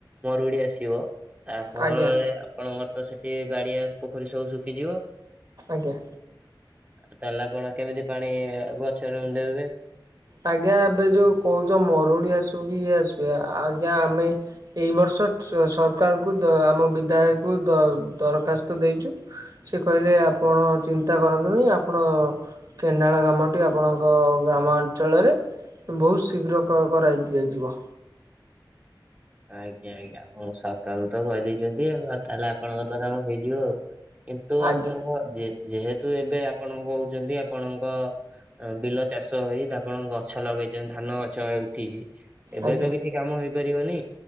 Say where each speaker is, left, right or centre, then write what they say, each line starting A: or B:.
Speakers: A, on the right (about 20°); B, on the right (about 50°).
A: ମରୁଡି ଆସିବ। ତାପରେ
B: ଆଜ୍ଞା
A: ଆପଣଙ୍କର ତ ସେଠି ଗାଡିଆ ପୋଖରୀ ସବୁ ଶୁଖିଯିବ।
B: ଆଜ୍ଞା।
A: ଆ ତାହେଲେ ଆପଣ କେମିତି ପାଣି-ଇ ଗଛରେ ଦେବେ?
B: ଆଜ୍ଞା, ଏବେ ଯୋଉ କହୁଛ ମରୁଡି ଆସୁ କି ଇଏ ଆସିବ ଆଜ୍ଞା, ଆମେ ଏଇ ବର୍ଷ ତ ସରକାରଙ୍କୁ ଦ ଆମ ବିଧାୟକକୁ ଦ-ଦରଖାସ୍ତ ଦେଇଛୁ। ସେ କହିଲେ ଆପଣ ଚିନ୍ତା କରନ୍ତୁନି, ଆପଣ କେନାାଳ ଗ୍ରାମଟି ଆପଣଙ୍କ ଗ୍ରାମ ଅଞ୍ଚଳରେ ବହୁତ ଶୀଘ୍ର କ-କରାଇ ଦିଆଯିବ।
A: ଆଜ୍ଞା ଆଜ୍ଞା, ଆପଣ ସରକାର କୁତ କହିଦେଇଛନ୍ତି ଆଉ, ତାହେଲେ ଆପଣଙ୍କ ତ କାମ ହେଇଯିବ ଆଉ। କିନ୍ତୁ
B: ଆଜ୍ଞା
A: ଆପଣଙ୍କ ଯେ-ଯେହେତ୍ ତୁ ଏବେ ଆପଣ କହୁଛନ୍ତି, ଆପଣଙ୍କ ବିଲ ଚାଷ ହୋଇ ଆପଣ ଗଛ ଲଗେଇଛନ୍ତି। ଧା ନ ଗଛ ଉଠିଛି। ଏବେ
B: ଆଜ୍ଞା
A: ତ କିଛି କାମ ହେଇପାରିବନି।